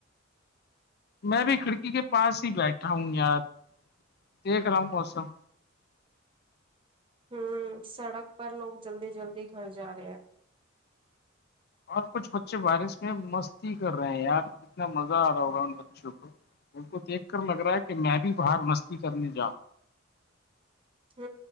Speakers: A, on the left; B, on the right.
A: میں بھی کھڑکی کے پاس ہی بیٹھا ہوں یار دیکھ رہا ہوں موسم
B: ہوں سڑک پر لوگ جلدی جلدی گھر جا رہے ہیں
A: اور کچھ بچے بارش میں مستی کر رہے ہیں یار کتنا مزہ آ رہا ہوگا ان بچوں کو ان کو دیکھ کر لگ رہا ہے کہ میں بھی باہر مستی کرنے جاؤں
B: ہ